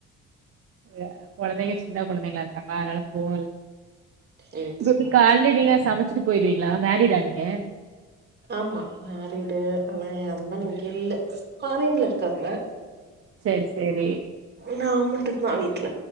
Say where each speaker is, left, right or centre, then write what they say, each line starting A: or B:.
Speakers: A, on the right (about 50°); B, on the right (about 35°).
A: அ கொழந்தைங்க சின்ன இருக்காங்ளா இருக்காங்க அனால போல
B: சரி
A: <unintelligible>
B: சரி
A: கால் இல்ல நீங்க சமச்சிட்டு போயிருவீங்ளா மேரிடா நீங்க
B: ஆமா மேரிடு ஆனா யாருமே இங்கில்ல ஃபாரின்ல இருக்காங்க
A: செரி செரி
B: நா மட்டு தா வீட்ல